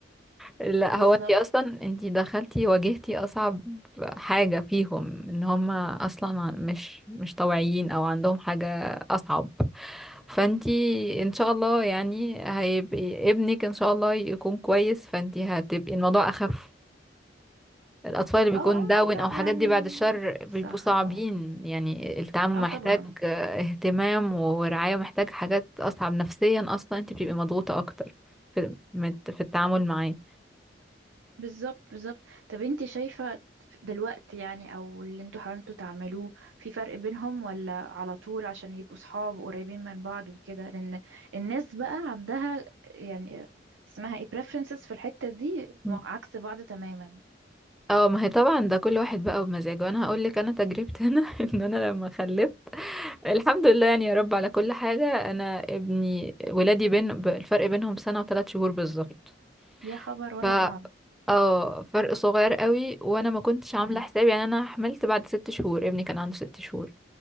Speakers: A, in the centre; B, on the right.
A: لا
B: بالظبط
A: هو انتي اصلا انتي دخلتي واجهتي اصعب حاجة فيهم ان هما اصلا مش مش طوعيين او عندهم حاجة اصعب فانتي ان شاء الله يعني هيبقى ابنك ان شاء الله يكون كويس فانتي هتبقي الموضوع اخف الأطفال اللي بيكون
B: اه اه
A: داون
B: لا
A: أو حاجات
B: يعني
A: دي بعد الشر بيبقوا
B: صح
A: صعبين
B: اه
A: يعني التعامل
B: اه
A: محتاج
B: طبعا
A: آه، اهتمام ورعاية محتاج حاجات أصعب نفسيا أصلا أنت بتبقي مضغوطة أكتر في مت- في التعامل معاه
B: بالظبط بالظبط طب انت شايفة دلوقتي يعني او اللي انتوا حاولتوا تعملوه في فرق بينهم ولا على طول عشان يبقوا صحاب قريبين من بعض وكده لان الناس بقى عندها يعني اسمها ايه preferences في الحتة دي
A: مم.
B: مع- عكس بعض تماما
A: اه ما هي طبعا ده كل واحد بقى ومزاجه انا هقول لك انا تجربتي هنا <laughs> ان انا لما خلفت الحمد لله يعني يا رب على كل حاجه انا ابني ولادي بين ب- الفرق بينهم سنه وثلاث شهور بالظبط
B: يا خبر ولا
A: ف
B: بعض
A: اه فرق صغير قوي وانا ما كنتش عامله
B: مم.
A: حسابي يعني انا حملت بعد ست شهور ابني كان عنده ست شهور